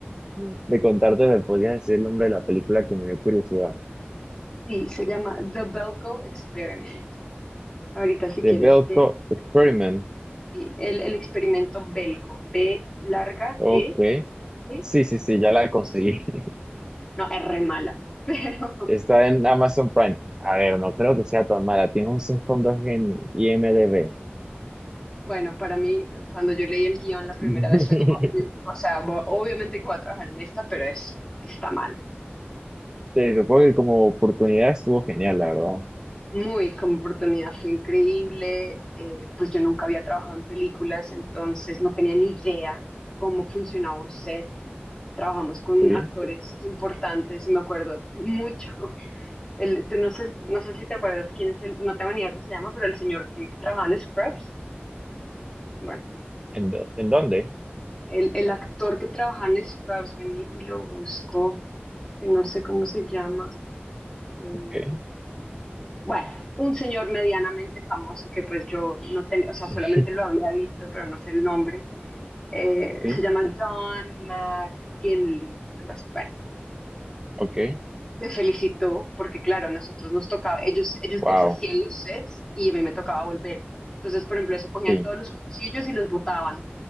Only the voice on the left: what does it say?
Sí, se llama The Belko Experiment. Ahorita si
quieres,
te-
el, el experimento Belko, B larga,
E, E,
no, R mala. <laughs> Pero
bueno, para mí, cuando yo leí el guión la primera
vez fue como, o sea, bo- obviamente que voy a trabajar en esta, pero es está mal.
Muy, como oportunidad fue increíble. eh, pues yo nunca había trabajado en películas, entonces no tenía ni idea cómo funcionaba un set. Trabajamos con
actores importantes y me acuerdo mucho. <laughs> El, tú no sé, no sé si te acuerdas quién es el, no tengo ni idea cómo se llama, pero el señor que, que trabajaba en Scrubs. Bueno,
el, el actor que trabajaba en Scrubs, vení y lo busco, que no sé cómo se llama. eh,
Bueno, un señor medianamente famoso que pues yo no tenía, o sea, solamente
lo había visto, pero no sé el nombre. Eh,
se llama John McKinley. algo así. Bueno,
me felicitó porque claro, a nosotros nos tocaba, ellos, ellos
deshacían los sets y a mí me tocaba volver. Entonces, por ejemplo, eso cogían
todos los cuchillos y los botaban.